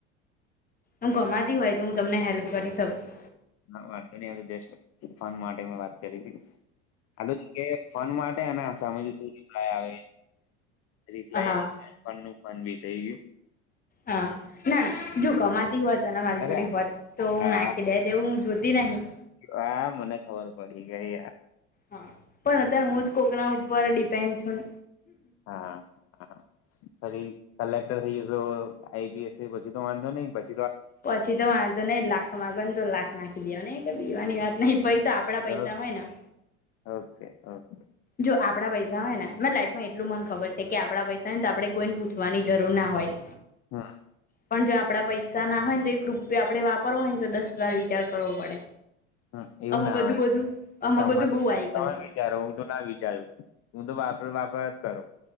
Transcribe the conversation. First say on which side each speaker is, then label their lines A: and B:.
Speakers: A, on the left; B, on the left.
A: હું કમાતી હોય તો હું તમને હેલ્પ કરી શકું
B: વાંધાની જષઠ. ફન માટે મેં વાત કરી હતી. આ ફોન માટેને સામે થી શું રિપલાય આવે. રિપ્લાય
A: હા
B: નું ફન બી થઈ ગયું.
A: હા ના ના જો કમાતી હોત તને મારી
B: અરે
A: જોડી હોત તો હું
B: હા
A: નાખી દેત એવુ હું જોતી નહી
B: હા મને ખબર પડી ગઈ આ
A: હા પણ અત્યારે હું જ કોકના ઉપર ડિપેન્ડ છુંન
B: હા હા ફરી કલે ટર થઈ જશો આઈપીએસ સી પછી તો વાંધો નઈ ન
A: પછી તો વાંધો નહિ લાખ માંગો ને તો લાખ નાખી દેવાન એ કઈ બીવાની વાત નઈ પ તો આપડા પૈસા
B: ને
A: હોય ન
B: ઓકે ઓકે
A: જો આપડા પૈસા હોય ને મે લાઈ એટલું મન ખબર છે કે આપડા પૈસા ને તો આપણે કોઈને પૂછવાની જરૂર ના હોય
B: હા.
A: પણ જો આપડા પૈસા ના હોય ને તો એક રૂપયો આપડે વાપરવો હોય ને તો દસ વાર વિચાર કરવો પડે
B: હ એવું
A: આમાં
B: ના
A: બધું
B: આવે
A: બધું આમાં
B: તમા
A: બધું બહુ આવી
B: તમે
A: ગયું
B: વિચારો તો ના વિચાર્યું હું તો વાપર વાપર જ કરુ